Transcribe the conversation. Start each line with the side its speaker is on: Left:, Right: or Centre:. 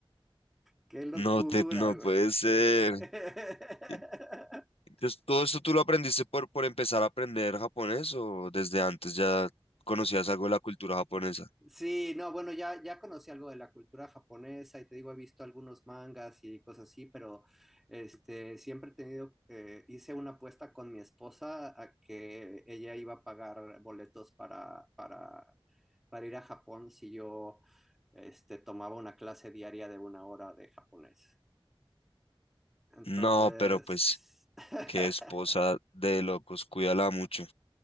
Centre: ¡Qué locura,
Left: No te, no
Centre: güey!
Left: puede
Centre: <laughs>
Left: ser. Y- entonces, ¿todo esto tú lo aprendiste por, por empezar a aprender japonés o desde antes ya conocías algo de la cultura japonesa?
Centre: Sí, no, bueno, ya, ya conocí algo de la cultura japonesa y te digo, he visto algunos mangas y cosas así, pero este, siempre he tenido, eh, hice una apuesta con mi esposa a que ella iba a pagar boletos para, para para ir a Japón si yo este, tomaba una clase diaria de una hora de japonés. Entonces,
Left: No, pero pues,
Centre: <laughs>
Left: qué esposa de locos, cuídala mucho.